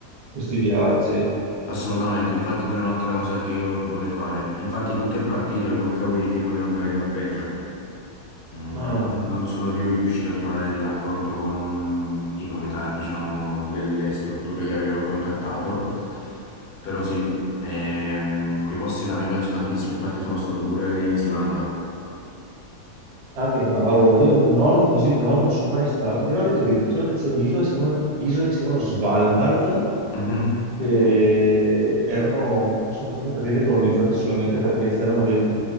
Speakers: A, on the right (about 55°); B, on the left (about 50°).
A: questi viaggi.
B: Assolutamente, infatti pure un'altra cosa che io vorrei fare. Infatti tutto è partito, il workaway che io volevo andare in Norvegia, Mm,
A: No,
B: però
A: no,
B: non
A: no.
B: sono riu- riuscito a trovare l'accordo con i proprietari, diciamo, delle strutture che avevo contattato, però sì, ehm, quei posti là mi piacciono tantissimo, infatti sono stato pure in Islanda.
A: Ah, che bravo, ma io in nord così in nord non sono mai stato. Mi hanno detto addirittura che c'è un'isola che si chiamano, isole che si chiamano Svalbard,
B: Mhm.
A: che erano, sono state praticamente colonizzate solamente perché c'erano del,